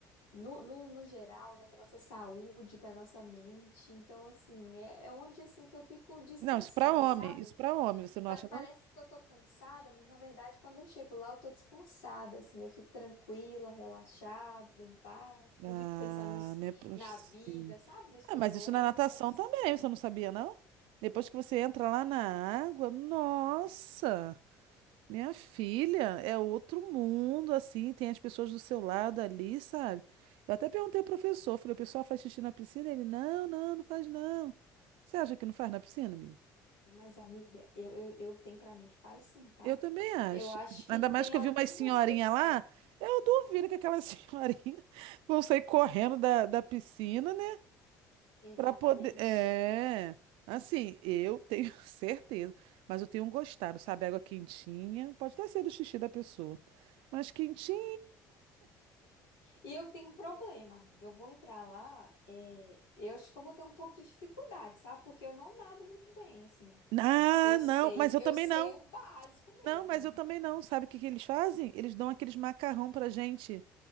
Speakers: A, on the left (about 80°); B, on the right (about 70°).
A: no, no, no geral, né, pra nossa saúde, pra nossa mente. Então, assim, é, é onde, assim, que eu fico descansada,
B: Não, isso pra homem.
A: sabe?
B: Isso pra homem, você não
A: Pa-
B: acha,
A: parece
B: não?
A: que eu tô cansada, mas, na verdade, quando eu chego lá, eu tô descansada, assim, eu fico tranquila, relaxada, em paz,
B: Ah,
A: não fico pensando nos-
B: não é possível.
A: na vida, sabe, nos problemas.
B: Ah, mas isso na natação também, você não sabia, não? Depois que você entra lá na água, nossa! Minha filha é outro mundo, assim, tem as pessoas do seu lado ali, sabe? Eu até perguntei ao professor, falei, o pessoal faz xixi na piscina? Ele, não, não, não faz não. Você acha que não faz na piscina, amigo?
A: Mas, amiga, eu, eu, eu tenho pra mim que faz sim, tá?
B: Eu também acho.
A: Eu acho que
B: Ainda mais
A: tem
B: que
A: algumas
B: eu vi umas senhorinha
A: pessoas.
B: lá, eu duvido que aquelas <laughs> senhorinha vão sair correndo da, da piscina, né?
A: Exatamente.
B: Pra poder. É. Assim, eu tenho <laughs> certeza, mas eu tenho um gostado, sabe? Água quentinha, pode até ser do xixi da pessoa, mas quentinha.
A: E eu tenho um problema, amiga. Eu vou entrar lá, é, eu acho que eu vou ter um pouco de dificuldade, sabe? Porque eu não nado muito bem, assim.
B: Ah,
A: Eu sei,
B: não, mas eu
A: eu
B: também
A: sei
B: não.
A: o básico
B: Não,
A: mesmo.
B: mas eu também não. Sabe o que que eles fazem? Eles dão aqueles macarrão pra gente